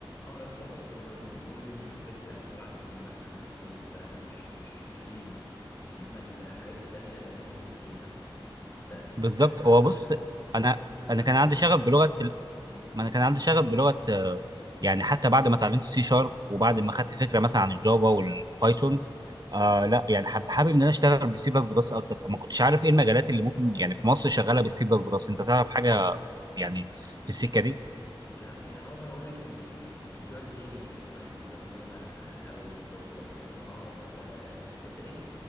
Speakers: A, on the left; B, on the right.
A: اه فلاتر من قول من ست او سبع سنين مثلا في الحدود دي فمش مش قديمه انما الحاجات التانية اقدم منها بكتير يعني بس
B: بالظبط
A: آه،
B: هو
A: هقول
B: بص
A: لك
B: انا
A: هقول لك
B: انا
A: على
B: كان
A: حاجه
B: عندي
A: في النقطه
B: شغف بلغه
A: دي امم
B: ما انا كان عندي شغف
A: اتفضل
B: بلغه آه، يعني حتى بعد ما اتعلمت السي شارب وبعد ما خدت فكره مثلا عن الجافا والبايثون آه لا يعني حب حابب ان انا اشتغل بالسي بلس بلس اكتر فما كنتش عارف ايه المجالات اللي ممكن يعني في مصر شغاله بالسي بلس بلس انت تعرف حاجه في- يعني في السكه دي
A: يعني اقدر اقول لك ان ان ال- بتوع الجيمنج هم اللي بيستخدموها او السي بلس بلس يعني انا اعرف آه، في الحته دي